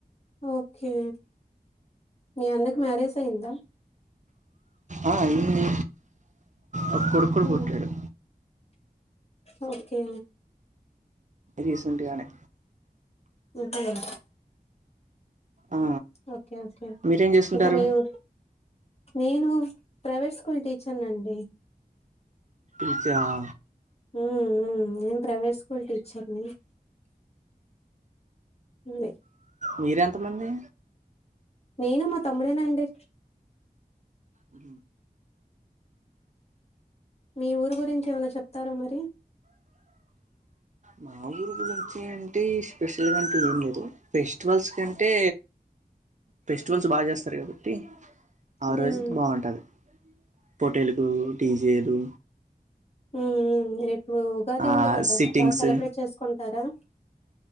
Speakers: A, on the left; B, on the right.
A: ఓకే మీ అన్నకి మ్యారేజ్ అయిందా
B: ఆ అయింది ఓ కొడుకు కూడా
A: హ్మ్
B: పుట్టాడు
A: ఓకే
B: రీసెంట్గానే
A: ఊహూ
B: ఆ
A: ఓకే ఓకే
B: మీరేం చేస్తుంటారు
A: ఇంకా మీరు నేను ప్రైవేట్ స్కూల్ టీచర్న్ండి
B: ఇచ్చావ
A: హ్మ్ హ్మ్ నేను ప్రైవేట్ స్కూల్ టీచర్ని ఉంది
B: మీరెంతమంది
A: నేను మా తమ్ముడేనండి
B: ఉ
A: మీ ఊరు గురించి ఏమైనా చెప్తారా మరి
B: మా ఊరు గురించి అంటే స్పెషల్గా అంటే ఏం లేదు ఫెస్టివల్స్ కంటే ఫెస్టివల్స్ బా చేస్తారు కాబట్టి ఆ
A: ఉమ్
B: రోజు బావుంటది పోటీలకు డీజేలు
A: హ్మ్ మ్మ్ రేపు ఉ ఉగాది
B: ఆ
A: ఉంది కదా
B: సిట్టింగ్స్
A: బా సెలబ్రేట్ చేసుకుంటారా